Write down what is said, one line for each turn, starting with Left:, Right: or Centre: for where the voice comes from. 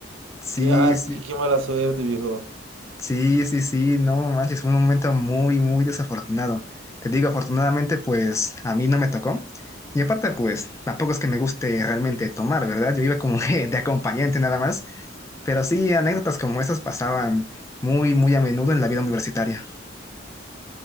Left: Sí,
Right: qué, ah,
Left: sí,
Right: qué, qué mala suerte, viejo.
Left: sí, sí, sí, no manches, fue un momento muy, muy desafortunado. Te digo, afortunadamente, pues a mí no me tocó. Y aparte, pues tampoco es que me guste realmente tomar, ¿verdad? Yo iba como <laughs> que de acompañante nada más. Pero sí, anécdotas como esas pasaban muy, muy a menudo en la vida universitaria.